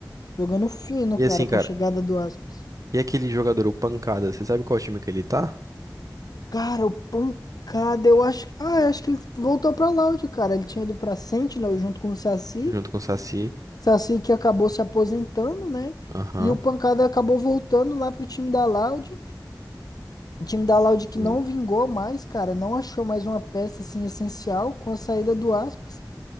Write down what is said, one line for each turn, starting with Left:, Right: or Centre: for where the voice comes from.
Left: jogando fino,
Right: E
Left: cara,
Right: assim,
Left: com
Right: cara,
Left: a chegada do Aspas.
Right: e aquele jogador, o Pancada, você sabe qual time que ele tá?
Left: Cara, o pancada, eu acho. Ah, eu acho que ele voltou pra Loud, cara. Ele tinha ido pra Sentinel junto com o Saci.
Right: Junto com o Saci.
Left: Saci que acabou se aposentando, né?
Right: Aham.
Left: E o pancada acabou voltando lá pro time da Loud. O time da Laude que
Right: Sim.
Left: não vingou mais, cara, não achou mais uma peça assim essencial com a saída do Aspas